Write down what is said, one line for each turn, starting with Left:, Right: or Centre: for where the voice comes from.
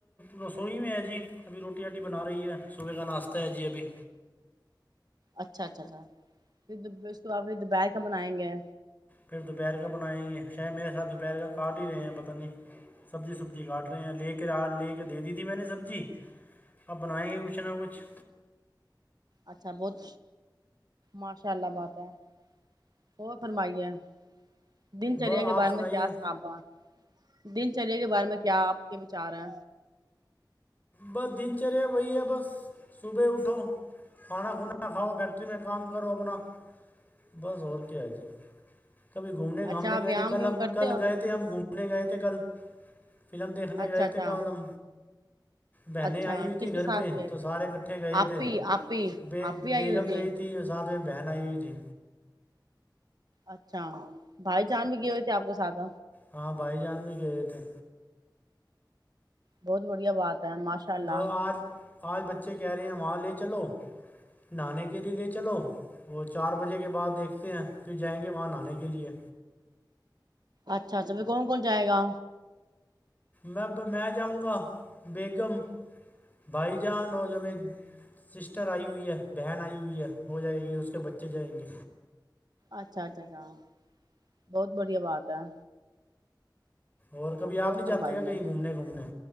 Left: رسوئی میں ہے جی ابھی روٹی آٹی بنا رہی ہے صبح کا ناشتہ ہے جی ابھی
Right: اچھا اچھا اچھا پھر اس کوپ دوپہر کا بنائیں گے
Left: پھر دوپہر کا بنائیں گے شاید میرے ساتھ دوپہر کا کاٹ ہی رہے ہیں پتہ نہیں سبزی سبزی کاٹ رہے ہیں لے کے ر لے کے دے دی تھی میں نے سبزی اب بنائیں گے کچھ نہ کچھ
Right: اچھا بہت ماشاء اللہ بات ہے ہو فرمائی ہے <inaudible> دن چریا
Left: بس
Right: کے
Left: آپ
Right: بارے
Left: سنائیے
Right: میں کیا صاابا دن چریا کے بارے میں کیا آپ کے چاریں
Left: ب دن ا چرے وہی ہے بس صبح اٹھو کھانا کھوا کھاؤ فیکٹری میں کام کرو اپنا بس اور کیا ہے جی کبھی گھومنے گھامنے
Right: اچھا آپ
Left: گئے
Right: ویام
Left: تھے کل
Right: ویم
Left: ہم
Right: کرتے
Left: کل
Right: ہو
Left: گئے تھے ہم گھومنے گئے تھے کل فلم دیکھنے
Right: اچھا
Left: گئے
Right: اچھا
Left: تھے کالم بہنیں
Right: اچھا
Left: آئی ہوئی تھیں
Right: کس کے
Left: گھر
Right: ساتھ
Left: پہ
Right: گئے
Left: تو
Right: تھے
Left: سارے کٹھے گئے
Right: آپ
Left: تھے
Right: بھی آپ بھی
Left: بی
Right: آپ بھی آئی
Left: بیگم
Right: ہوئی تھیں
Left: گئی تھی اور ساتھ میں بہن آئی ہوئی تھی
Right: اچھا بھائی جان بھی کی ہوئے تھے آپ کے ساتھ
Left: ہاں بھائی جان بھی گئے تھے
Right: بہت بڑھیا بات ماشاء اللہ
Left: وہ آج آج بچے کہہ رہے ہیں وہاں لے چلو نہانے کے لیے لے چلو وہ چار بجے کے بعد دیکھتے ہیں پھر جائیں گے وہاں نہانے کے لیے
Right: اچھا اچھا ب کون کون جائے گا
Left: میں میں جاؤں گا بیگم بھائی جان اور جو میری سسٹر آئی ہوئی ہے بہن آئی ہوئی ہے وہ جائے گی اس کے بچے جائیں گے
Right: اچھا اچھا اچھا بہت بڑیا بات ہے
Left: اور کبھی
Right: آ ہو
Left: آپ نہیں
Right: فرمائی
Left: جاتے کیا کہیں
Right: ہے
Left: گھومنے گھومنے